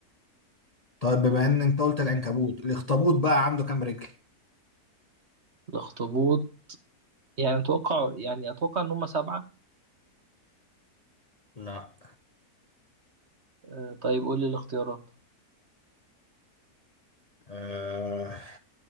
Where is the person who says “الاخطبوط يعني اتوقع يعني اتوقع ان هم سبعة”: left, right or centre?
Right